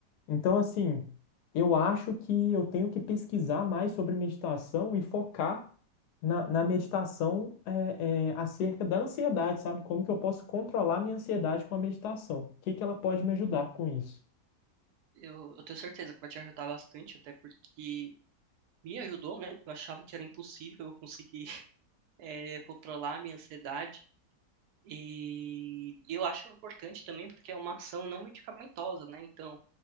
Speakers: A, on the left; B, on the right.
A: Então, assim, eu acho que eu tenho que pesquisar mais sobre meditação e focar na, na meditação é, é, acerca da ansiedade, sabe? Como que eu posso controlar minha ansiedade com a meditação? O que que ela pode me ajudar com isso?
B: Eu, eu tenho certeza que vai te ajudar bastante, até porque me ajudou, né? Eu achava que era impossível eu conseguir <laughs> eh, controlar a minha ansiedade. E eu acho importante também porque é uma ação não medicamentosa, né? Então,